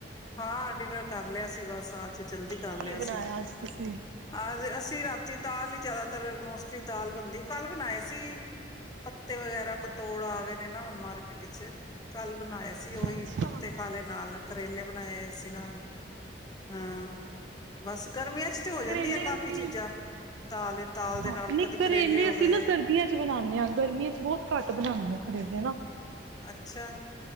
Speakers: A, on the left; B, on the right.
A: ਹਾਂ ਡਿਨਰ ਕਰ ਲਿਆ ਸੀ, ਬਸ ਅੱਜ ਜਲਦੀ ਕਰ
B: ਕੀ
A: ਲਿਆ
B: ਬਣਾਇਆ
A: ਸੀ,
B: ਅੱਜ ਤੁਸੀਂ
A: ਅਜ ਅਸੀਂ ਰਾਤੀ ਤੇ ਦਾਲ ਹੀ ਜਿਆਦਾਤਰ ਮੋ ਤੇ ਦਾਲ ਬਣਦੀ ਕੱਲ ਬਣਾਏ ਸੀ। ਜੀ, ਪੱਤੇ ਵਗੈਰਾ ਪਤੋੜ ਆ ਗਏ ਨੇ ਨਾ ਹੁਣ ਮਾਰਕੀਟ ਚ, ਕੱਲ ਬਣਾਏ ਸੀ ਉਹੀ
B: ਅੱਛਾ
A: ਪੱਤੇ ਖਾਲੇ ਨਾਲ ਕਰੇਲੇ ਬਣਾਏ ਸੀ ਨਾਲ ਹਾਂ, ਬਸ ਗਰਮੀਆਂ ਚ, ਤੇ ਹੋ ਜਾਂਦੀਆਂ
B: ਕਰੇਲੇ
A: ਕਾਫ਼ੀ
B: ਅਸੀਂ,
A: ਚੀਜ਼ਾਂ ਦਾਲ ਦਾਲ ਦੇ
B: ਹਾਂ
A: ਨਾਲ
B: ਨਹੀਂ
A: ਕਦੇ
B: ਕਰੇਲੇ
A: ਹੋ
B: ਅਸੀਂ
A: ਗਏ
B: ਨਾ ਸਰਦੀਆਂ ਚ ਬਣਾਉਦੇ ਹਾਂ ਗਰਮੀਆਂ ਚ ਬਹੁਤ ਘੱਟ ਬਣਾਉਂਦੇ ਹਾਂ। ਕਰੇਲੇ ਨਾ
A: ਅੱਛਾ